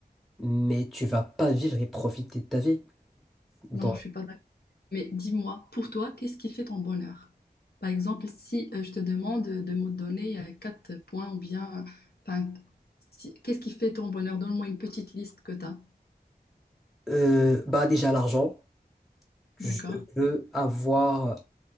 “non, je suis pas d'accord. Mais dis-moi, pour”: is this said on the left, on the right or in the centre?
Left